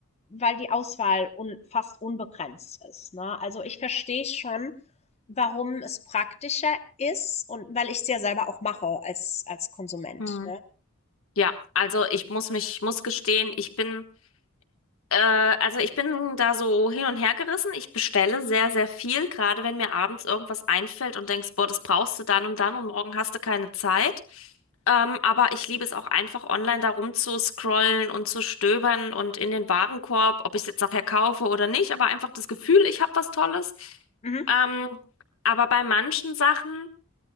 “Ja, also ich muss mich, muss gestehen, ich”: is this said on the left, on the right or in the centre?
Left